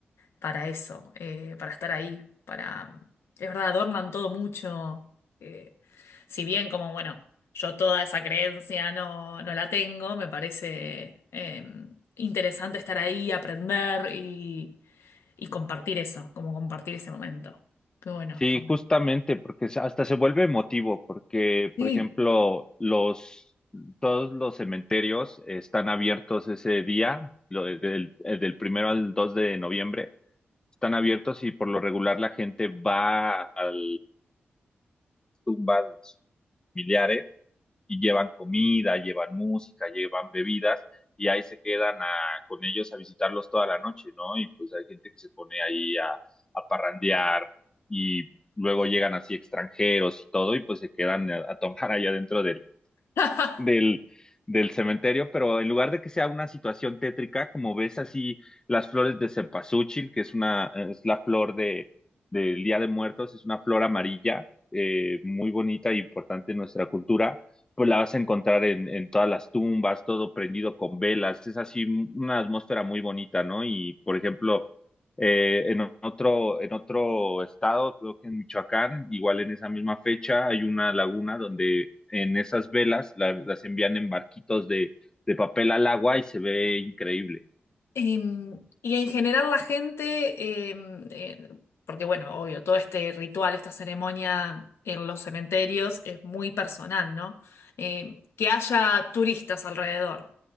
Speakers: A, on the left; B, on the left.
A: para eso, eh, para estar ahí, para... Es verdad, adornan todo mucho. eh, si bien como, bueno, yo toda esa creencia no, no la tengo, me parece eh, interesante estar ahí, aprender y compartir eso, como compartir ese momento. Qué bueno,
B: Sí,
A: está bueno.
B: justamente, porque se- hasta se vuelve emotivo, porque,
A: Sí.
B: por ejemplo, los, todos los cementerios están abiertos ese día, lo de- del, eh, del primero al 2 de noviembre, están abiertos y por lo regular la gente va al tumbas de sus familiares y llevan comida, llevan música, llevan bebidas y ahí se quedan a, con ellos a visitarlos toda la noche, ¿no? Y pues hay gente que se pone ahí a, a parrandear y luego llegan así extranjeros y todo y pues se quedan a, a tomar allá dentro del,
A: <laughs>
B: del, del cementerio, pero en lugar de que sea una situación tétrica, como ves así las flores de cempasúchil, que es una, es la flor de, del Día de Muertos, es una flor amarilla, eh, muy bonita e importante en nuestra cultura, pues la vas a encontrar en, en todas las tumbas, todo prendido con velas, es así una atmósfera muy bonita, ¿no? Y por ejemplo, eh, en otro, en otro estado, creo que en Michoacán, igual en esa misma fecha, hay una laguna donde en esas velas la- las envían en barquitos de, de papel al agua y se ve increíble.
A: Em, y en general la gente, em, eh, porque bueno, obvio, todo este ritual, esta ceremonia en los cementerios es muy personal, ¿no? Em, que haya turistas alrededor,